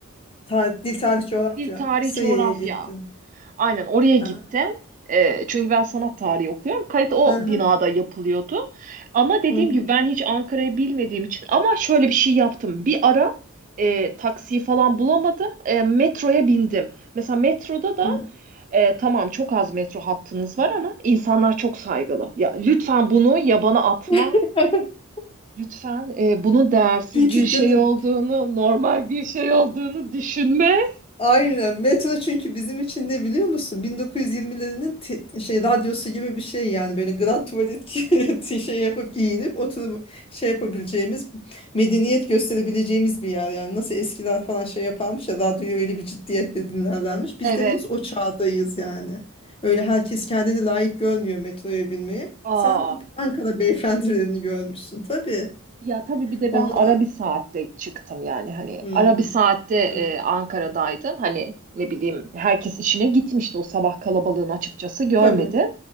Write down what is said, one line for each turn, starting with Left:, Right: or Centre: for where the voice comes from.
Left: Ta- dil tarih coğrafya.
Right: dil tarih
Left: Sığıye'ye
Right: coğrafya.
Left: gittin.
Right: Aynen oraya gittim.
Left: Ha.
Right: Ee, çünkü ben sanat tarihi okuyorum. Kayıt o
Left: Hı hı.
Right: binada yapılıyordu. Ama dediğim
Left: Hı hı.
Right: gibi ben hiç Ankara'yı bilmediğim için ama şöyle bir şey yaptım. Bir ara e, taksiyi falan bulamadım. E, metroya bindim. Mesela metroda da
Left: Hı hı.
Right: e, tamam çok az metro hattınız var ama insanlar çok saygılı. Ya lütfen bunu yabana atma.
Left: <laughs>
Right: Lütfen e, bunun değersiz
Left: Çünkü
Right: bir şey
Left: canım
Right: olduğunu, normal bir şey olduğunu düşünme.
Left: Aynen. Metro çünkü bizim için ne biliyor musun? 1920'lerin te- şey radyosu gibi bir şey yani böyle grand tuvalet <laughs> gi- şey yapıp giyinip oturup şey yapabileceğimiz medeniyet gösterebileceğimiz bir yer yani nasıl eskiler falan şey yaparmış ya radyoyu öyle bir ciddiyetle dinlerlermiş. Biz
Right: Evet.
Left: de henüz o çağdayız yani. Öyle herkes kendini layık görmüyor metroya binmeyi.
Right: Aa.
Left: Sen Ankara beyefendilerini görmüşsün tabii.
Right: Ya tabii bir de
Left: Onlar
Right: ben ara bir saatte çıktım yani hani
Left: hmm,
Right: ara bir saatte e,
Left: tabii
Right: Ankara'daydım. Hani ne bileyim herkes işine gitmişti o sabah kalabalığını açıkçası görmedim.
Left: tabii